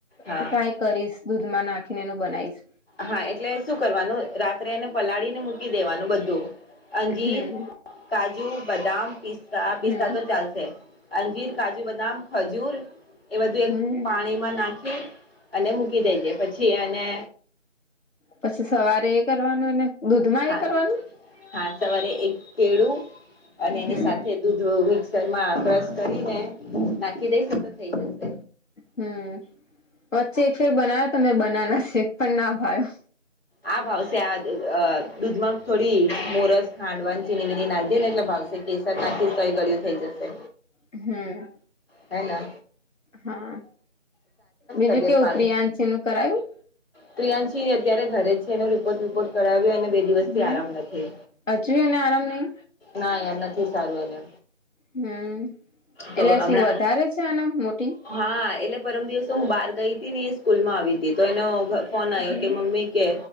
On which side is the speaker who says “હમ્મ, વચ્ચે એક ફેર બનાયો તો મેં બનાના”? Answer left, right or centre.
Left